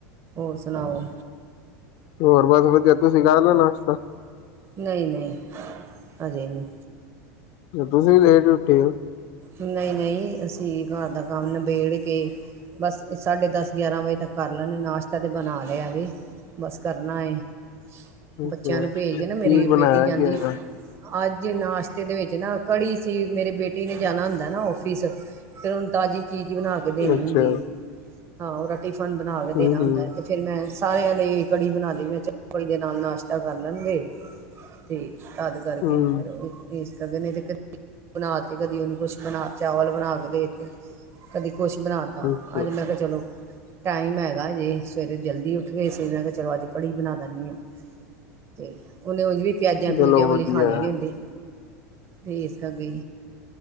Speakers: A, on the right (about 35°); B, on the left (about 55°).
A: ਹੋਰ ਸੁਣਾਓ?
B: ਹੋਰ ਬਸਬਤੀ ਤੁਸੀ ਕਰਦੇ ਔ ਨਾਸ਼ਤਾ,
A: ਨਹੀਂ-ਨਹੀਂ ਹਜੇ ਨਹੀਂ,
B: ਤੁਸੀਂ ਵੀ ਲੇਟ ਉੱਠਦੇ ਔ?
A: ਨਹੀਂ-ਨਹੀਂ ਅਸੀਂ, ਅ ਘਰ ਦਾ ਕੰਮ ਨਿਬੇੜ ਕੇ, ਬਸ ਸਾਢੇ ਦਸ ਗਿਆਰਾਂ ਵਜੇ ਤੱਕ ਕਰ ਲੈਦੇ ਨਾਸ਼ਤਾ ਤੇ ਬਣਾ ਲਿਆ ਵੀ, ਬਸ ਕਰਨਾ ਏ ਬੱਚਿਆਂ
B: ਅੱਛਾ
A: ਨੂੰ ਭੇਜ ਕੇ ਨਾ ਮੇਰੀ
B: ਕੀ ਬਣਾਇਆ
A: ਬੇਟੀ ਜਾਂਦੀ
B: ਗਿਆ ਇਹਨਾਂ
A: ਅੱਜ ਨਾਸ਼ਤੇ ਦੇ ਵਿੱਚ ਜਿਨਾ ਕੜੀ ਸੀ ਮੇਰੇ ਬੇਟੀ ਨੇ, ਜਾਣਾ ਹੁੰਦਾ ਨਾ ਔਫਿਸ ਫੇਰ ਹੁਣ ਤਾਜ਼ੀ ਚੀਜ਼ ਬਣਾ ਕੇ ਦੇਣੀ
B: ਵਾਸਤੇ ਅੱਛਾ
A: ਹੁੰਦੀ ਐ, ਹਾਂ ਉਹ ਰੱਖ ਟਿਫਨ ਬਣਾ ਕੇ ਦੇਣਾ
B: ਹੂੰ ਹੂੰ
A: ਹੁੰਦਾ ਅਤੇ ਫਿਰ ਮੈਂ, ਸਾਰਿਆਂ ਲਈ ਕੜੀ ਬਣਾ ਲਈ ਮੈਂ ਚੋਲ ਦੇ ਨਾਲ ਨਾਸ਼ਤਾ ਕਰ ਲੈਂਦੇ ਤੇ, ਤਦ ਕਰਕੇ
B: ਹੂੰ
A: ਫੇਰ ਇਸ ਸਗੋ <unintelligible> ਬਣਾਤੀ, ਕਦੀ ਉਹਨੂੰ ਕੁਛ ਬਣਾ ਚਾਵਲ ਬਣਾ ਕੇ ਦੇ ਤੇ ਕਦੀ ਕੁਛ ਬਣਾ, ਤਾ
B: ਅੱਛਾ
A: ਅੱਜ ਮੈਂ ਕਿਹਾ ਚਲੋ। ਟਾਈਮ ਹੈਗਾ, ਜੇ ਸਵੇਰੇ ਜਲਦੀ ਉੱਠਗੇ ਇਸ ਕਰਕੇ ਮੈਂ ਕਿਹਾ ਚਲੋ ਅੱਜ ਕੜੀ ਬਣਾ ਦਿੰਨੀ ਆ ਤੇ ਉਹਨੇ ਉਝ ਵੀ ਪਿਆਜਾਂ ਪਿਊਜਾਂ
B: ਚਲੋ
A: ਵਾਲੀ
B: ਵਧੀਆ
A: ਖਾਣੀ ਨੀ ਹੁੰਦੀ। ਫੇਰ ਕਦੀ,,